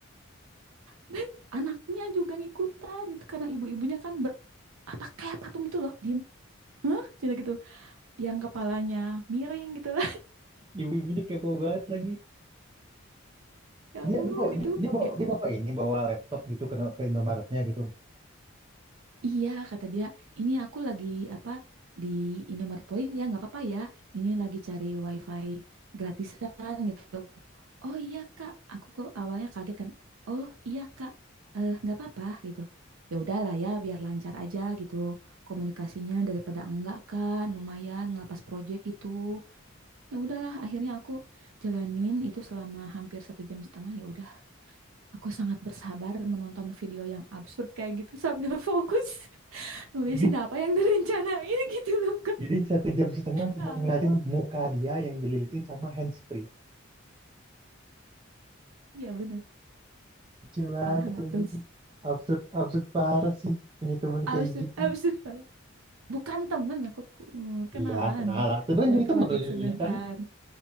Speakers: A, on the right; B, on the right.
A: <laughs> Anaknya juga ngikutan gitu karena ibu-ibunya kan ber, apa kayak patung gitu loh, diem, hah, Cina gitu. yang kepalanya miring gitu lah. <laughs>
B: Ibu-ibunya kepo banget lagi.
A: Ya ampun
B: dia dia bawa
A: itu.
B: dia, dia bawa
A: Ya,
B: dia bawa ini bawa laptop gitu ke, ke Indomaretnya gitu
A: iya kata dia, ini aku lagi apa di Indomaret Point ya nggak apa-apa ya. Ini lagi cari WiFi gratisan gitu. Oh iya Kak, aku kok awalnya kaget kan. Oh iya Kak, eh nggak apa-apa gitu. Ya udahlah ya, biar lancar aja gitu komunikasinya daripada enggak kan, lumayan ngelepas project gitu. Ya udahlah, akhirnya aku jalanin itu selama hampir satu jam setengah ya udah. Aku sangat bersabar menonton video yang absurd kayak gitu sambil fokus <laughs> nulisin
B: jadi
A: apa yang direncanain <laughs> gitu loh Kak.
B: jadi satu jam setengah cuma
A: Ya
B: ngeliatin
A: Allah.
B: muka dia yang dililitin sama handsfree
A: Ya bener.
B: lucu banget
A: Parah nggak
B: lagi
A: tuh?
B: tuh absurd absurd parah sih punya temen
A: Absurd,
B: kayak gitu
A: absurd parah. Bukan temen aku ku- kenalan
B: iya kenal lah tapi kan
A: buat
B: jadi
A: project
B: temen ujung-ujungnya
A: sebentar.
B: kan